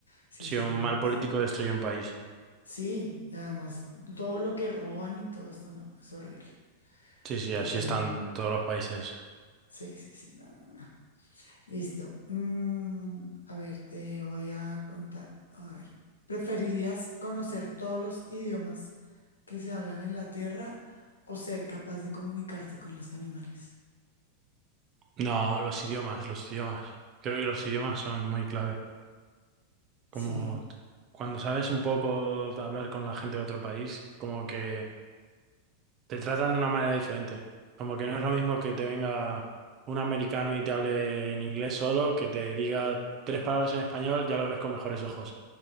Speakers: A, on the left; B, on the right.
A: Sí,
B: Si
A: sí,
B: un
A: sí, no,
B: mal
A: no
B: político
A: sé.
B: destruye un país.
A: Sí, además, todo lo que roban y todo esto, no, es horrible.
B: Sí, sí,
A: Eh,
B: así están todos los países.
A: sí, sí, sí, no, no, no. Listo. Mm, a ver, te voy a contar. A ver, ¿preferirías conocer todos los idiomas que se hablan en la Tierra o ser capaz de comunicarte con los animales?
B: No, los idiomas, los idiomas. Creo que los idiomas son muy clave.
A: Sí,
B: Como cuando sabes un poco de hablar con la gente de otro país, como que te tratan de una manera diferente. Como que no es lo mismo que te venga un americano y te hable en inglés solo, que te diga tres palabras en español, ya lo ves con mejores ojos.